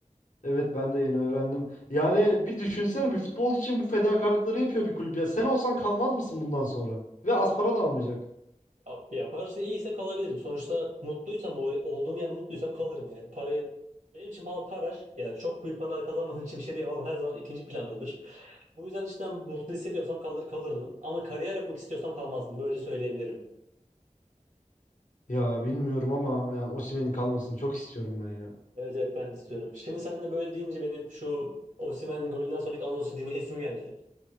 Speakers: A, on the left (about 75°); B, on the right (about 70°).
A: Evet ben de yeni öğrendim. Yani bir düşünsene bir futbol için bu fedakarlıkları yapıyor bir kulüp ya. Sen olsan kalmaz mısın bundan sonra? Ve az para da almayacak.
B: Abi ya parası iyiyse kalabilirim. Sonuçta mutluysam, o- olduğum yer mutluysam kalırım yani. Paraya benim için para, para yani çok büyük paralar kazanmadığım için bir şey diyemem ama her zaman ikinci plandadır. Bu yüzden cidden mutlu hissediyorsam kalır, kalırdım. Ama kariyer yapmak istiyorsam kalmazdım. Böyle söyleyebilirim.
A: Ya bilmiyorum ama yani Osimhen'in kalmasını çok istiyorum ben ya.
B: Evet evet ben de istiyorum. Şimdi sen de böyle deyince benim şu Osimhen'in golünden sonraki anonsu dinleyesim geldi.